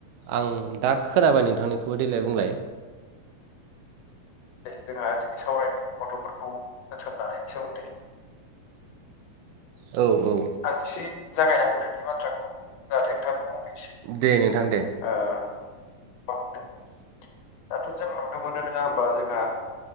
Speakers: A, on the right; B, on the left.
A: आं दा खोनाबाय नोंथांनिखौबो देलाय बुंलाय
B: दे जोंहा दिनै सावरायनि गथ'फोरखौ जोथोन लानायनि सोमोन्दै
A: औ औ
B: आं इसे जागायना होग्रोनि बाथ्राखौ जाहाथे नोंथाङाबो बुं
A: दे नोंथां दे
B: ओ <unintelligible> दाथ' जों नुनो मोनो नोङा ओमबा जोंहा